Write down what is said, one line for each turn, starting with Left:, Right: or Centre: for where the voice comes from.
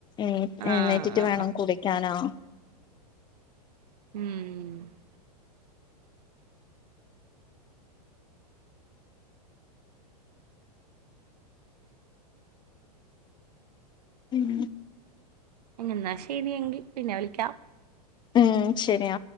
Left: എനി
Right: ആഹ്
Left: എണീറ്റിട്ട്
Right: ആഹ്
Left: വേണം
Right: ആഹ്
Left: കുടി ക്കാനോ
Right: ഉം
Left: ഉം
Right: എന്നാ ശരിയെങ്കി പിന്നെ വിളിക്കാം
Left: ഉം ശരിയ